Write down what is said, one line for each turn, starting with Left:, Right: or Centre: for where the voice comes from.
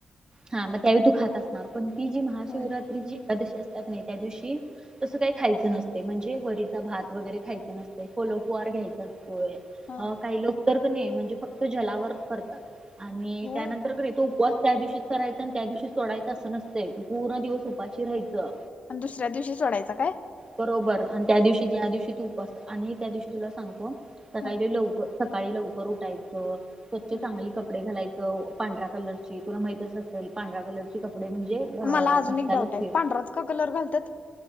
Right: हा मग त्यावेळी तू खात असणार पण ती जी महाशिवरात्री
Left: होय
Right: जी. एकादशी असतात नाही त्या दिवशी तसं काही खायचं नसते म्हणजे वरीचा भात. वगैरे खायच नसत फलोपुहार घ्यायच असतोय
Left: हा
Right: अ काही लोक. तर नाही म्हणजे फक्त जलावर करतात आणि
Left: होय
Right: त्यानंतर नाही तो उपवास. त्या दिवशीच करायचं आणि त्या दिवशी सोडायचं असं नसतंय तू पूर्ण दिवस उपाशी राहायचं.
Left: आणि दुसऱ्या दिवशी सोडायचा काय?
Right: बरोबर आणि त्या दिवशी ज्या दिवशी तू उपास आणि त्या दिवशी तुला सांगतो सकाळी
Left: हा,
Right: लवकर सकाळी लवकर उठायचं. स्वच्छ
Left: हा.
Right: चांगली कपडे घालायचं. पांढरा -- कलरची तुला माहितच असेल पांढऱ्या कलरची कपडे म्हणजे अ
Left: मला अजून
Right: भक्ताला
Left: एक डाऊट आहे
Right: प्रिय
Left: पांढराच का कलर घालतात.